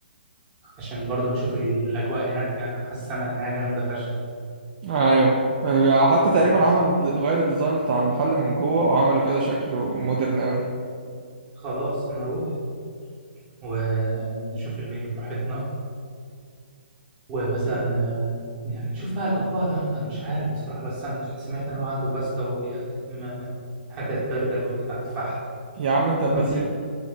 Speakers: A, on the right (about 20°); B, on the right (about 40°).
A: عشان برضه نشوف الأجواء هناك يعني حاسس السما هناك جامدة فشخ
B: ايوه
A: ممكن
B: حتى تقريبا
A: نروح يا
B: عمل
A: صاحبي
B: د- غير الديزاين بتاع المحل من جوه وعملوا كده شكله مودرن قوي
A: خلاص نروح ونشوف المنيو براحتنا ومثلا آه، يعني نشوف بقى الأطباق اللي عنده أنا مش عارف بصراحة بس أنا سمعت إن هو عنده باستا وبيقدم آه، حاجات برجر وكده على الفحم
B: يا عم
A: الكونسيبت
B: انت أبقى تيجي